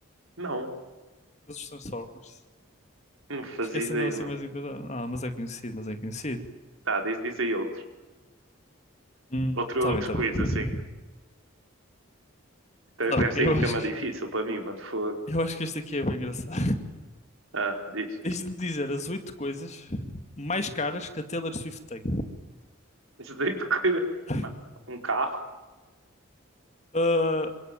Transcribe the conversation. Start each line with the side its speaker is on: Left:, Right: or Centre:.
Right: Não.
Left: mas Transformers.
Right: Não fazia
Left: Esquecendo
Right: ideia,
Left: assim
Right: mano.
Left: mais enquanto. Ah, mas é conhecido, mas é conhecido.
Right: Tá, diz, diz aí outro.
Left: Hum,
Right: Outro,
Left: tá
Right: outro
Left: bem, tá
Right: quiz,
Left: bem, tá bem.
Right: assim. Também
Left: Tá
Right: pegaste
Left: bem,
Right: aí
Left: eu
Right: um
Left: acho
Right: tema
Left: que,
Right: difícil para mim, mano. Fogo.
Left: eu acho que este aqui é bem engraçado.
Right: Ah, diz.
Left: Tens de me dizer as oito coisas mais caras que a Taylor Swift tem.
Right: Isso daí de coisa.
Left: <laughs>
Right: Mano, um carro.
Left: Ah,